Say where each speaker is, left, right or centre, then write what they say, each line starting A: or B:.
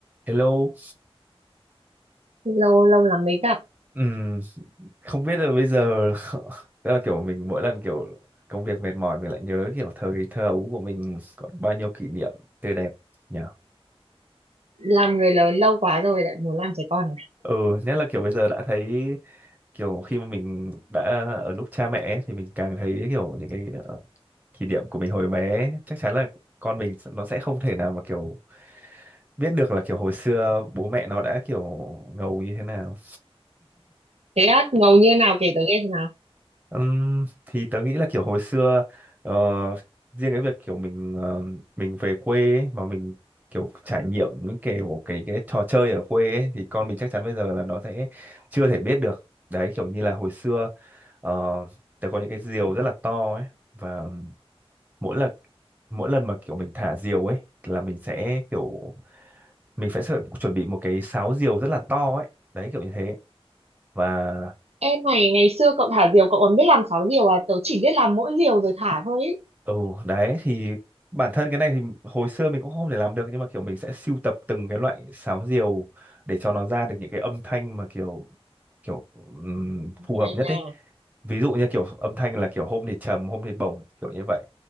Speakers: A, on the right; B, on the right.
A: Hello,
B: lâu lâu lắm mới gặp
A: Ừm, không biết là bây giờ <laughs> tức là kiểu mình mỗi lần kiểu công việc mệt mỏi mình lại nhớ kiểu thời thơ ấu của mình có bao nhiêu kỷ niệm tươi đẹp nhỉ?
B: làm người lớn lâu quá rồi lại muốn làm trẻ con à
A: Ừ, nhất là kiểu bây giờ đã thấy kiểu khi mà mình đã ở lúc cha mẹ ấy, thì mình càng thấy kiểu những cái ờ, kỷ niệm của mình hồi bé chắc chắn là con mình s- nó sẽ không thể nào mà kiểu biết được là kiểu hồi xưa bố mẹ nó đã kiểu ngầu như thế nào
B: thế á, ngầu như nào kể tớ nghe xem nào
A: Ừm, thì tớ nghĩ là kiểu hồi xưa ờ, riêng cái việc kiểu mình ờ, mình về quê ấy, mà mình kiểu trải nghiệm những kiểu cái cái trò chơi ở quê ấy, thì con mình chắc chắn bây giờ là nó sẽ chưa thể biết được đấy kiểu như là hồi xưa ờ, tớ có những cái diều rất là to ấy và mỗi lần mỗi lần mà kiểu mình thả diều ấy là mình sẽ kiểu mình phải sợ- chuẩn bị một cái sáo diều rất là to ấy đấy kiểu như thế và
B: em này ngày xưa cậu thả diều cậu còn biết làm sáu diều à tớ chỉ biết làm mỗi diều rồi thả thôi ấy.
A: Ừ đấy thì bản thân cái này thì hồi xưa mình cũng không thể làm được nhưng mà kiểu mình sẽ sưu tập từng cái loại sáo diều để cho nó ra được những cái âm thanh mà kiểu kiểu ừm, phù hợp
B: hay
A: nhất
B: nha
A: đấy Ví dụ như kiểu âm thanh là kiểu hôm thì trầm, hôm thì bổng kiểu như vậy.